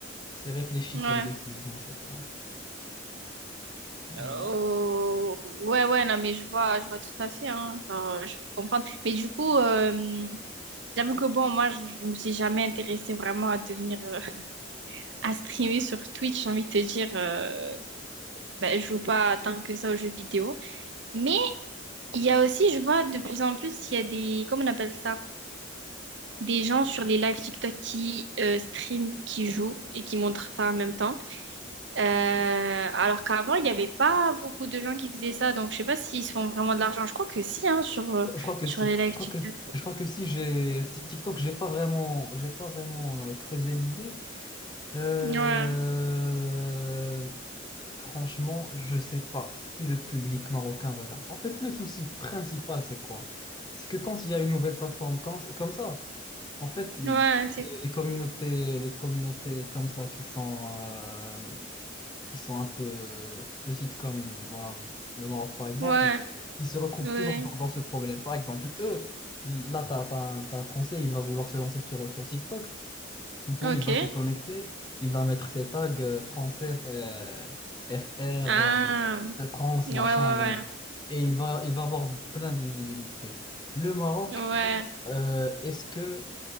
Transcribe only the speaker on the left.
C'est réfléchi
comme décision, c'est pas... Voilà.
Je crois que
si.
Je crois
que, je crois que si j'ai si TikTok, j'ai pas vraiment, j'ai pas vraiment euh, creusé l'idée. Euh,
Franchement, je sais pas si le public marocain regarde. En fait, le souci principal, c'est quoi? C'est que quand il y a une nouvelle plateforme comme, comme ça, en fait, les,
les communautés, les communautés comme ça qui sont, euh, qui sont un peu petites comme voilà, le Maroc par exemple,
ils se retrouvent
toujours dans dans ce problème. Par exemple, eux, là, t'as, t'as un, t'as un Français, il va vouloir se lancer sur, sur TikTok. Boum,
il va se connecter, il va mettre ses tags euh, français, euh, FR,
euh, France,
machin,
nanana. Et il va, il va avoir plein de visibilité. Le Maroc,
euh, est-ce que